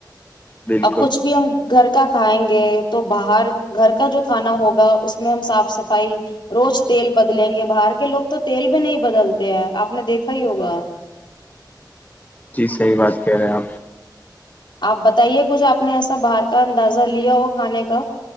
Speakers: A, on the left; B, on the left.
A: بالکل
B: اب کچھ بھی ہم گھر کا کھائیں گے تو باہر گھر کا جو کھانا ہوگا اس میں ہم صاف صفائی روز تیل بدلیں گے باہر کے لوگ تو تیل بھی نہیں بدلتے ہیں آپ نے دیکھا ہی ہوگا
A: جی صحیح بات کہہ رہے ہیں آپ
B: آپ بتائیے کچھ آپ نے ایسا باہر کا اندازہ لیا ہو کھانے کا